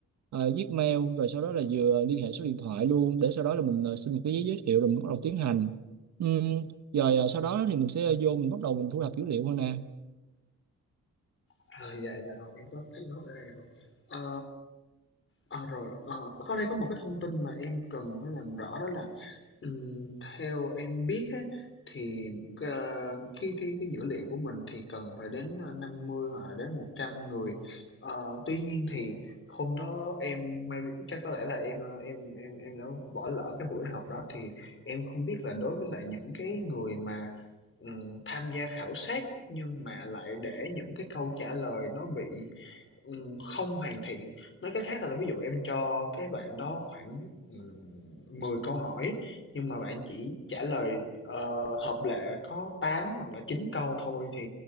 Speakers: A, on the right (about 60°); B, on the left (about 40°).
A: à, viết mail rồi sau đó là vừa liên hệ số điện thoại luôn để sau đó là mình à, xin một cái giấy giới thiệu rồi mình bắt đầu tiến hành Ừm, rồi à, sau đó thì mình sẽ vô mình bắt đầu mình thu thập dữ liệu thôi nè
B: À, dạ dạ rồi, em có thấy note ở đây rồi. Ờ, à, rồi, ờ, có đây có một cái thông tin mà em cần phải làm rõ đó là Ừm, theo em biết á, thì ờ, cái cái cái dữ liệu của mình thì cần phải đến ờ, 50 hoặc là đến 100 người. Ờ, tuy nhiên thì hôm đó em may chắc có lẽ là em ờ, em em em đã bỏ lỡ cái buổi họp đó thì em không biết là đối với lại những cái người mà ừm, tham gia khảo sát nhưng mà lại để những cái câu trả lời nó bị Ừm, không hoàn thiện, nói cách khác là là ví dụ em cho cái bạn đó khoảng, ừm, 10 câu hỏi, nhưng mà bạn chỉ trả lời, ờ, hợp lệ có 8 hoặc là 9 câu thôi thì,